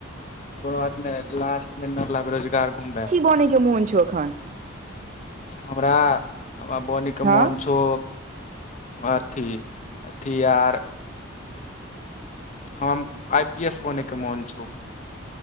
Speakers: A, on the left; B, on the right.
A: कोनो बात नहि लास्ट मे नलब रोजगार घुमबै
B: बनेके मोन छ अखैन
A: हमरा हमरा बने के
B: हँ
A: मोन छौ अथी अथी आर हम आई पी एस बनेैके मोन छौ